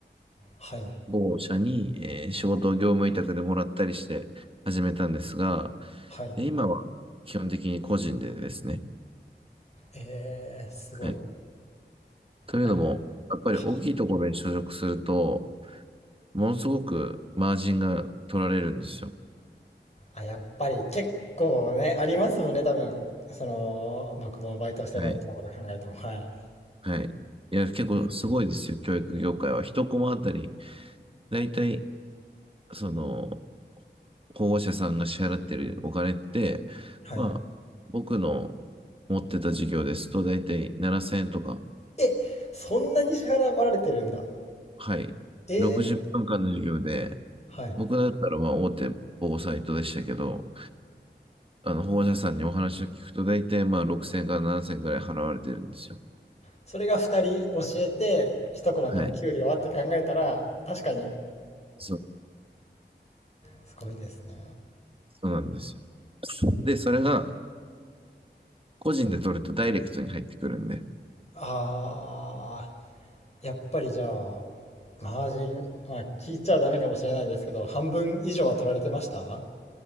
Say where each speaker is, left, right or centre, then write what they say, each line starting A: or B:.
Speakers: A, on the left (about 35°); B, on the right (about 30°).
A: はい。
B: 某社に、えー仕事を業務委託でもらったりして始めたんですが、
A: はい。
B: え今は基本的に個人でですね。
A: えー、すごい。
B: はい。というのも、
A: なんか、
B: やっぱり大きいところに所属すると、
A: はい。
B: ものすごくマージンが取られるんですよ。
A: あ、やっぱり結構ね、ありますもんね、多分。その、僕もバイトしてた時のこと考えても。
B: はい。
A: はい。
B: はい。いや、結構すごいですよ、教育業界は。一コマあたり、だいたい、その、保護者さんが支払ってるお金って、
A: はい。
B: まあ、僕の持ってた授業ですと、だいたい7000円とか、
A: え、そんなに支払われてるんだ。
B: はい。
A: えー、
B: 60分間の授業で、
A: はい。
B: 僕だったらまあ大手某サイトでしたけど、あの保護者さんにお話を聞くと、だいたいまあ6000から7000円ぐらい払われてるんですよ。
A: それが2人教えて一コマでも給料はって考えたら確かに
B: はい。そう、
A: すごいですね
B: そうなんですよ。で、それが、個人で取るとダイレクトに入ってくるんで、
A: あーやっぱりじゃあマージン、まあ、聞いちゃダメかもしれないですけど半分以上は取られてました